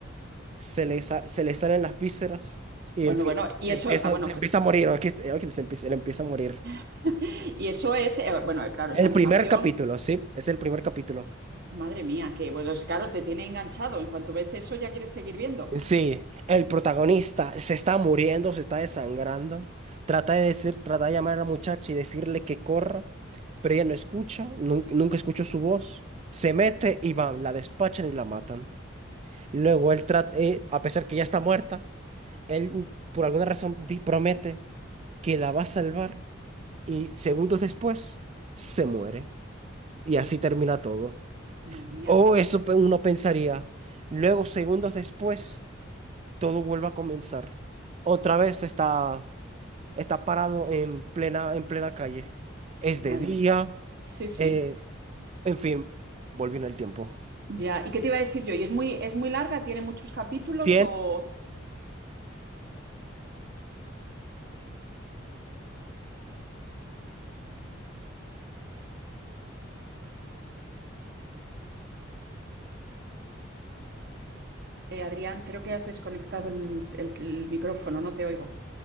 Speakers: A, on the right (about 35°); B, on the right (about 55°).
A: se le, sa- se le salen las vísceras y
B: Bueno,
A: en fin,
B: bueno, y
A: se
B: eso,
A: empieza,
B: ah, bueno,
A: se
B: cl-
A: empieza a morir, aquí, está- aquí se empieza, él empieza a morir.
B: <laughs> y eso es, eh, bueno, eh, claro,
A: El
B: esa animación,
A: primer capítulo, sí, es el primer capítulo.
B: madre mía, que bueno, los caros te tiene enganchado. En cuanto ves eso, ya quieres seguir viendo.
A: Sí, el protagonista se está muriendo, se está desangrando, trata de decir, trata de llamar a la muchacha y decirle que corra, pero ella no escucha, nun- nunca escuchó su voz, se mete y van, la despachan y la matan. Luego él trata, eh, a pesar que ya está muerta, él mm, por alguna razón di- promete que la va a salvar y segundos después se muere. Y así termina todo.
B: Madre mía,
A: O eso pe- uno pensaría. Luego, segundos después, todo vuelve a comenzar. Otra vez está, está parado en plena, en plena calle. Es
B: madre
A: de día.
B: mía. Sí, sí.
A: eh, en fin, volviendo el tiempo.
B: Ya, ¿y qué te iba a decir yo? ¿Y es muy, es muy larga? ¿Tiene muchos capítulos?
A: Tiene,
B: O, eh, Adrián, creo que has desconectado el, el- el micrófono, no te oigo.